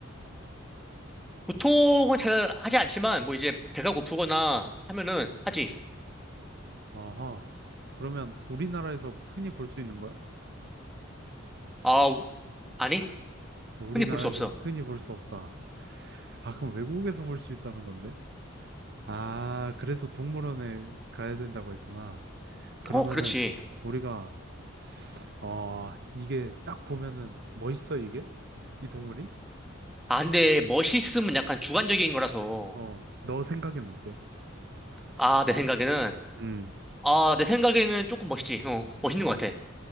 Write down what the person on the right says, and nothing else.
어허. 그러면 우리나라에서 흔히 볼 수 있는 거야?
우리나라에서는
흔히 볼 수 없다. 아, 그럼 외국에서 볼 수 있다는 건데? 아, 그래서 동물원에 가야 된다고 했구나. 그러면은
우리가 어 이게 딱 보면은 멋있어 이게 이 동물이
어 너 생각엔 어때?
음